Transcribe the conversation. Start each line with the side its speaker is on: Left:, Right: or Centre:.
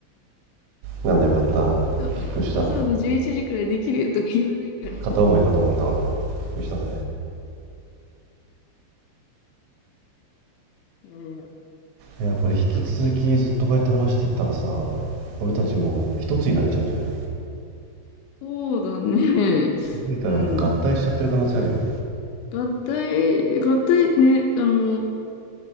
Right: なんだよかった。
Left: <laughs>
Right: びっくりした。
Left: わざわざわざ11時くらいできるよとか言わないから。
Right: 片思いかと思ったわ。びっくりしたぜ。
Left: いやいや、
Right: いや、これ引き続きずっとこうやって話してったらさ、
Left: なんだっけ
Right: 俺たちもう一つになっちゃうんじゃない
Left: うん。そうだね。
Right: 気づいたらもう合体しちゃってる可能性あるよね。
Left: うん。合体、合体ね、あの、